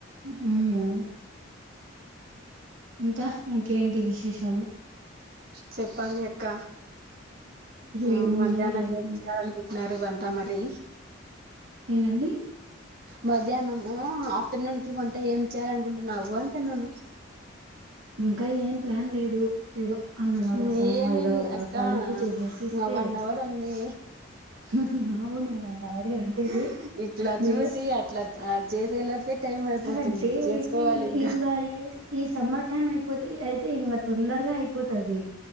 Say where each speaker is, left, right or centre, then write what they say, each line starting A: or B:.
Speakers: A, on the right (about 80°); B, on the right (about 50°).
A: ఉమ్ ఇంక ఇంకేంటి విశేషాలు
B: చెప్పాలి అక్క ఆ
A: ఏముంది
B: మధ్యాహ్నం
A: ఏముంది
B: ఏం చేయాలి అనుకుంటున్నారు వంట మరి
A: ఏంటండి
B: మధ్యాహ్నము ఆఫ్టర్నూన్ కి వంట ఏం చేయాలి అనుకుంటున్నావు అని అంటున్నాను
A: ఇంకా ఏం ప్లాన్ లేదు ఏదో అన్నమో
B: ఉమ్,
A: రసమో
B: ఏమైంది
A: ఏదో ఒక
B: అక్క
A: తాలింపు చేసేసి ఇస్తే
B: ఇంగ వన్ అవర్ ఉంది
A: హు హు అవును వన్ అవరే ఉంటది.
B: హా ఇట్లా
A: వే
B: చూసి అట్లా ఆ చేసేలోపే టైం అయిపోతుంది
A: కరడే
B: చేసుకోవాలి
A: తీ
B: ఇంకా
A: ఇంక యూస్ ఈ సమ్మర్ టైమ్ అయిపోతే అయితే ఇంకా తొందరగా అయిపోతది